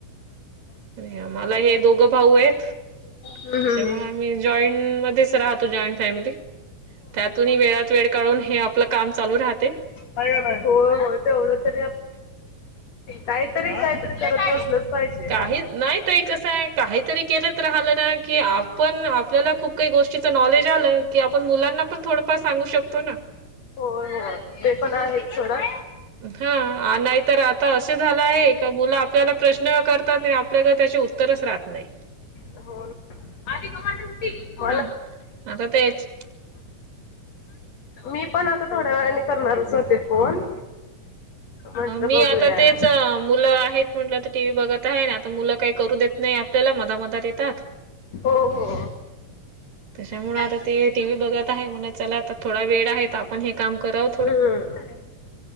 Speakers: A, on the right; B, on the left.
A: आणि मला हे दोघ भाऊ येत. त्याच्यामुळे
B: हम्म,
A: आम्ही जॉईंट मध्येच राहतो, जॉईंट फॅमिली. त्यातूनही वेळात वेळ काढून हे आपल काम चालू राहतेय.
B: होय, हो तेवढं तरी काहीतरी काहीतरी करत. बसलंच पाहिजे
A: काही
B: हो
A: नायी ताई कस आहे काहीतरी केलत राहिल ना की आपण आपल्याला खूप काही गोष्टीच नॉलेज आल कि आपण मुलांना पण थोडंफार सांगू शकतो ना.
B: होय होय ते पण आहे सोडा
A: हा नाही तर आता असे झालं आहे का मुलं आपल्याला प्रश्न प्रश्न करतात आणि आपल्याकड त्याचे उत्तरच राहत नाही.
B: हो ना. आधी कमांडर उटी <inaudible>
A: ह ना आता तेच
B: मी पण आता थोड्या वेळाने करणारच होते. फोन म्हटलं
A: मी
B: बघूया
A: आता तेच मुलं आहेत म्हटलं तर टी. व्ही बघत आहे न आता मुलं काही करू देत नाही. आपल्याला मध मधात येतात.
B: हो हो
A: त्याच्यामुळे
B: ती काय
A: आता
B: करतात
A: ते
B: ना
A: टी. व्ही बघत आहे माणलं चला आता थोडा वेळ आहे आपण हे काम करावं
B: हम हम.